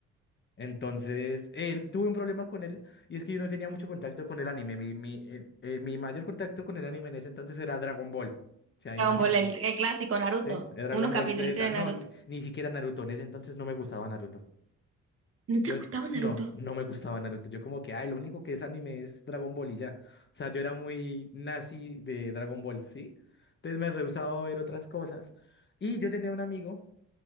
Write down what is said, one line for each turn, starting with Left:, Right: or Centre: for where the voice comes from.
Left: Entonces, él, tuve un problema con él y es que yo no tenía mucho contacto con el anime. Mi, mi, eh, eh, mi mayor contacto con el anime en ese entonces era Dragon Ball. O sea, imagínate.
Right: Dragon Ball, el, el clásico Naruto.
Left: ¿Sí? Dragon
Right: Unos capítulos
Left: Ball Z.
Right: de Naruto.
Left: No, ni, ni siquiera Naruto. En ese entonces no me gustaba Naruto.
Right: ¿No te
Left: Yo,
Right: gustaba Naruto?
Left: no, no me gustaba Naruto. Yo como que, ay, lo único que es anime es Dragon Ball y ya. O sea, yo era muy nazi de Dragon Ball, ¿sí? Entonces me rehusaba a ver otras cosas. Y yo tenía un amigo